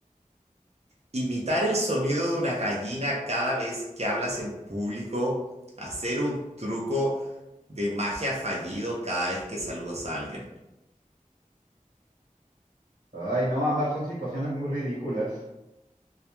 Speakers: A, on the right; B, on the right.
A: ¿Imitar el sonido de una gallina cada vez que hablas en público? ¿Hacer un truco de magia fallido cada vez que saludas a alguien?
B: Ay, no, ambas son situaciones muy ridículas.